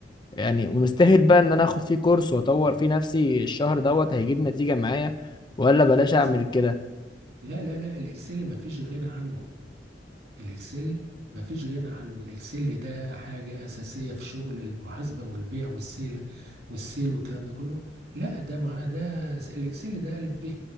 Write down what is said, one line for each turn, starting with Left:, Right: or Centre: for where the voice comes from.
Left: يعني مستاهل بقى ان انا اخد فيه كورس واطور فيه نفسي الشهر دوت هيجيب نتيجة معايا ولا بلاش
Right: لازم
Left: اعمل كده
Right: لا لا لا الإكسل ما فيش غنى عنه الاكسل مفيش غنى عنه الاكسل ده حاجة اساسية في شغل المحاسبة والبيع والسيل والسيل والكلام ده كله لا ده مع ده س- الاكسل ده الف ب